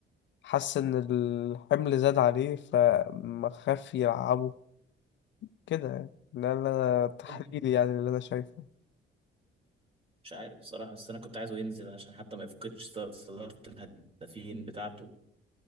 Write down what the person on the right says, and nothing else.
ممكن
مش عارف بصراحه بس انا كنت عايزه ينزل عشان حتى ما يفقدش صد- صداره الهدافين بتاعته